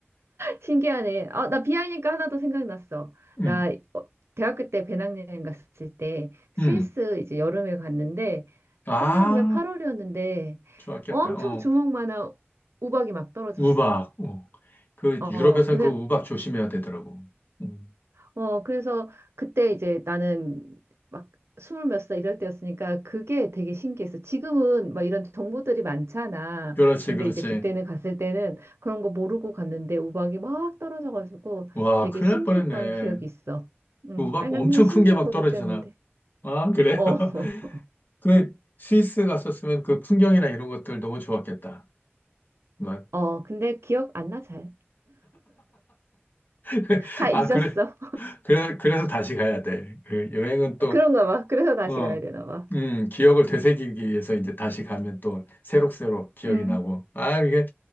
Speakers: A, on the right; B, on the left.
A: 신기하네. 아, 나 비하니까 하나 더 생각났어.
B: 음,
A: 나 어, 대학교 때 배낭여행 갔을 때 스위스
B: 음.
A: 이제 여름에 갔는데
B: 아,
A: 한여름에 8월이었는데
B: 좋았겠다.
A: 엄청
B: 어,
A: 주먹만한 우박이 막 떨어졌어.
B: 우박. 어. 그
A: 어,
B: 유럽에선
A: 그래서
B: 그 우박 조심해야 되더라고. 음.
A: 어, 그래서 그때 이제 나는 막 스물 몇살 이럴 때였으니까 그게 되게 신기했어. 지금은 막 이런 정보들이 많잖아.
B: 그렇지,
A: 근데
B: 그렇지.
A: 이제 그때는 갔을 때는 그런 거 모르고 갔는데 우박이 막 떨어져가지고
B: 와,
A: 되게
B: 큰일
A: 신기했던
B: 날 뻔했네.
A: 기억이 있어. 음,
B: 그 우박
A: 아니, 난
B: 엄청
A: 그냥 신기하고
B: 큰 게 막 떨어지잖아.
A: 웃겼는데.
B: 아, 그래?
A: 어,
B: <laughs>
A: <laughs>
B: 그 스위스 갔었으면 그 풍경이나 이런 것들 너무 좋았겠다. 막.
A: 어, 근데 기억 안 나, 잘.
B: <laughs>
A: 다
B: 아,
A: 잊었어.
B: 그래, 그래, 그래서 다시 가야 돼. 그 여행은 또,
A: <laughs> 그런가 봐. 그래서 다시
B: 어,
A: 가야 되나 봐.
B: 음, 기억을 되새기기 위해서 이제 다시 가면 또 새록새록 기억이
A: 음,
B: 나고. 아, 이게,